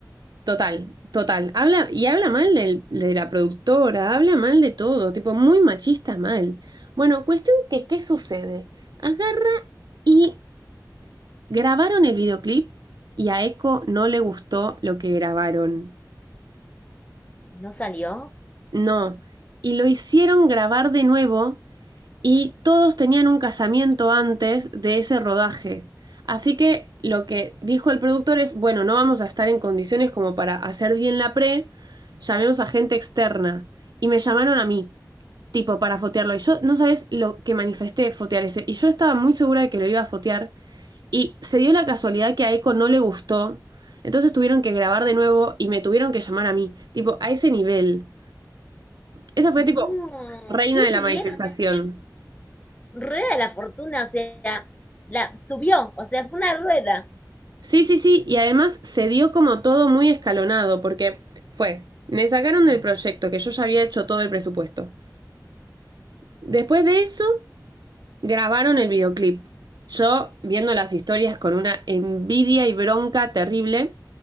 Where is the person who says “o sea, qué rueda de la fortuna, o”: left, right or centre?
Left